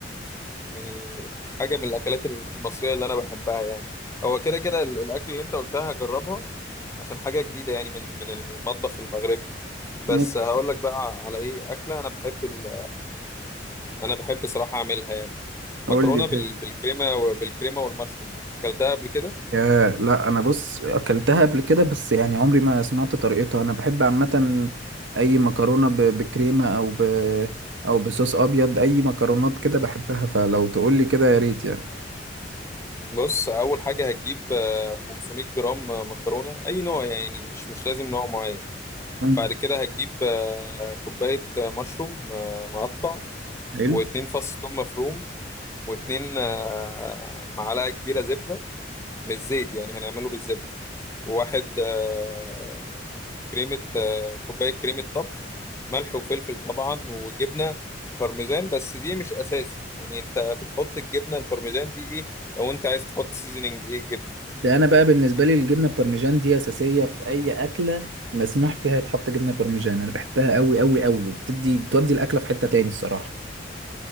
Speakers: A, on the left; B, on the right.
A: يعني حاجه من الاكلات المصريه اللي انا بحبها يعني هو كده كده ال- الاكل اللي انت قلتها هجربها عشان حاجه جديده يعني من من المطبخ المغربي بس
B: ماشي
A: هقول لك بقى على ايه اكله انا بحب ال... انا بحب صراحه اعملها يعني مكرونه
B: قول لي إيه؟
A: بال... بالكريمه وبالكريمه والمشروم اكلتها قبل كده
B: ياه لا انا بص اكلتها قبل كده بس يعني عمري ما سمعت طريقتها انا بحب عامه اي مكرونه ب- بكريمه او ب او بصوص ابيض اي مكرونات كده بحبها فلو تقول لي كده يا ريت يعني
A: بص اول حاجه هتجيب آه، 500 جرام مكرونه اي نوع يعني مش مش لازم نوع معين
B: مم.
A: بعد كده هتجيب آه، كوباية آه، مشروم آه، مقطع
B: حلو
A: واتنين فص ثوم مفروم واتنين آه، معلقة كبيرة زبدة مش زيت يعني هنعمله بالزبدة وواحد آه، كريمة آه، كوباية كريمة طبخ ملح وفلفل طبعا وجبنة بارميزان بس دي مش أساسي يعني أنت بتحط الجبنة البارميزان دي إيه لو أنت عايز تحط سيزنينج إيه جبنة
B: ده انا بقى بالنسبه لي الجبنه البارميجان دي اساسيه في اي اكله مسموح فيها يتحط جبنه بارميجان انا بحبها قوي قوي قوي وبتدي بتودي الاكله في حته تاني الصراحه